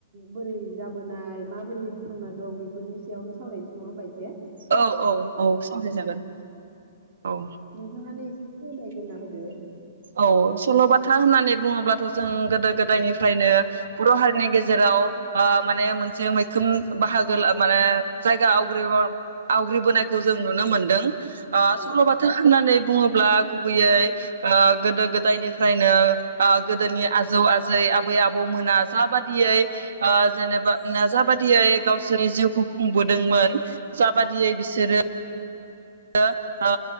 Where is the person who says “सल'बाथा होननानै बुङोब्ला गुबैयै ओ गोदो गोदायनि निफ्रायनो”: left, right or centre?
Right